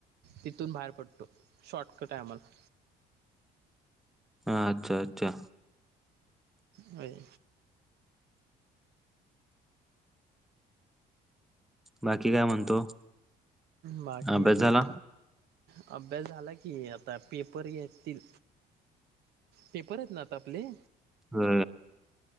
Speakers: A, on the right; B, in the centre.
A: तिथून बाहेर पडतो शॉर्टकट आहे आम्हाला.
B: ह अच्छा अच्छा.
A: होय
B: बाकी काय म्हणतो?
A: बाकी
B: अभ्यास
A: ठीक.
B: झाला?
A: अभ्यास झाला की आता पेपर घेतील पेपर आहेत ना आता आपले
B: हा